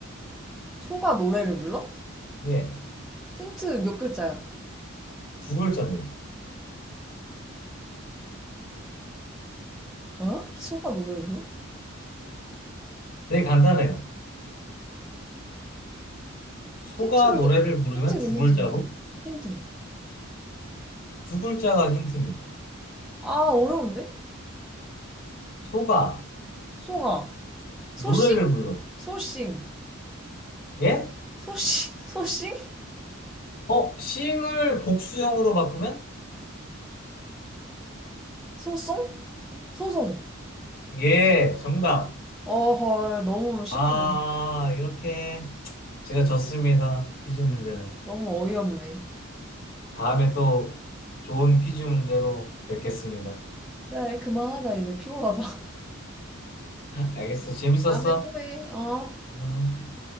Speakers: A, in the centre; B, on the left.
A: 소가 노래를 불러?
B: 예,
A: 힌트 몇 글자야?
B: 두 글자입니다.
A: 어? 소가 노래를 불러?
B: 되게 간단해요. 소가
A: 힌트를
B: 노래를
A: 줘.
B: 부르면
A: 힌트
B: 두
A: 줘, 힌트,
B: 글자로
A: 힌트. 힌트.
B: 두 글자가 힌트입니다.
A: 아, 어려운데?
B: 소가
A: 소가. 소싱?
B: 노래를 불러.
A: 소싱.
B: 예?
A: 소싱? <laughs> 소싱?
B: 어, 싱을 복수형으로 바꾸면
A: 소송? 소송.
B: 예, 정답.
A: 어, 헐, 너무 심하네.
B: 아, 이렇게 제가 졌습니다. 퀴즈 문제는.
A: 너무 어이없네.
B: 다음에 또 좋은 퀴즈 문제로 뵙겠습니다.
A: 그래, 그만하자, 이제 피곤하다. <laughs>
B: 알겠어. 재밌었어?
A: 다음에 또 해, 어?
B: 음.